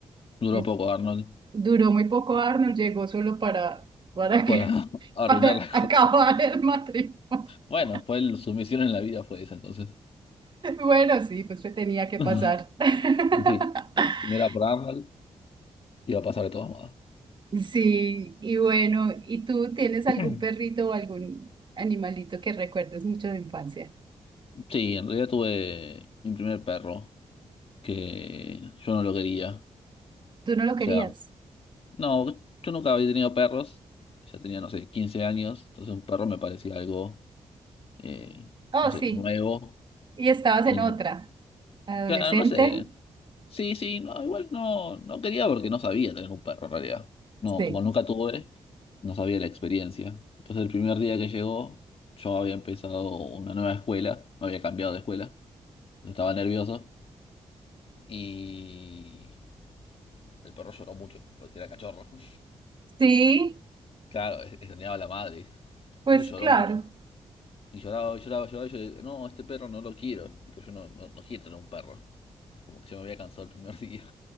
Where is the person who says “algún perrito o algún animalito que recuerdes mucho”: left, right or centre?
Right